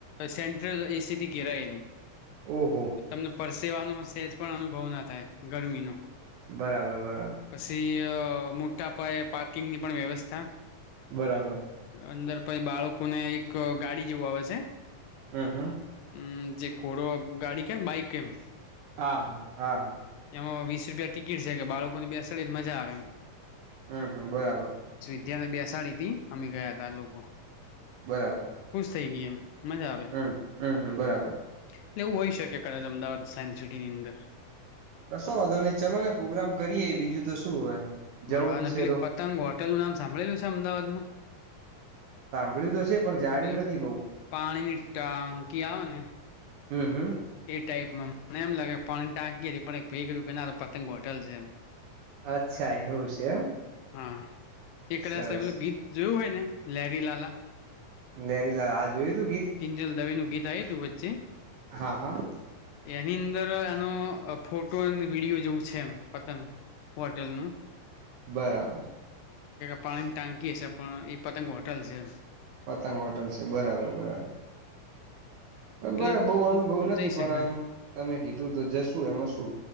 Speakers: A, on the left; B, on the right.
A: સેન્ટ્રલ એસીથી ઘેરાયલું
B: ઓહો
A: તમને પરસેવાનું હશે જ પણ અનુભવ ના થાય, ગરમી ન
B: બરાબર બરાબર
A: પછી મોટા પાયે પા ની પણ વ્યવસ્થા
B: બરાબર
A: અંદર પછ બાળકો ને એક ગાડી જેવ આવે છે,
B: હમ્મ હમ્મ
A: હમ જે કોડ ગાડી કેમ બઇક કેમ
B: હા હા હા હા
A: હ વીસ રૂપિયા ટિકિટ છે, કે બાળકો ની બે અસળે જ મજા આવે એમ
B: હમ્મ હમ્મ બરાબર
A: ત્યાંને બેસાડી થી અમે ગયા ત લોકો
B: બરાબર
A: ખુશ થઈ એમ મજા આવે
B: હમ હમ હમ બરાબર
A: એટલે એવું હોય શકે કદાચ અમદાવાદ સાયન્સ સિટીની અંદર
B: કશોં વાધો નય ચાલો ને પ્રગ્રામ કરીએ બીજું તો શું હવે
A: બરાબર
B: જવું
A: અને
B: જ છે
A: પેલી
B: તો
A: પતંગ હોટેલ નું નામ સાંભળેલું છે અમદાવાદમાં
B: બ તો છે પણ જાણ્યું
A: પ
B: નથી બઉ
A: પાણીની ટાંકી આવે ને
B: હમ હમ
A: એ ટાઈપમાં મને એમ લાગે પાણી ટાંકી પણ એક ભઈ એ કીધું કે ના આતો પતંગ હોટલ છે એમ
B: અચ્છા એવું છે એમ
A: હા એ કદાચ
B: સરસ
A: પેલું ગીત જોયું હોય ને લેરી લાલા
B: લેરીલાલા આ જોયું તું ગીત
A: કિંજલ દવે નું ગીત આયુ તું વચ્ચે
B: હા હા
A: એની અંદર એનો ફોટો અને વિડીયો જેવું છે એમ પતંગ હોટેલ નું
B: બરાબર
A: પાણી ની ટાંકી હ છે પણ એ પતંગ હોટલ છે
B: પતંગ હોટલ છે બરાબર બરાબર
A: એટલે
B: બબર બહુ અનુભવ
A: એ
B: નથી
A: જઈ શકાય
B: પણ આમ તમે કીધું તો જશુ એમાં શું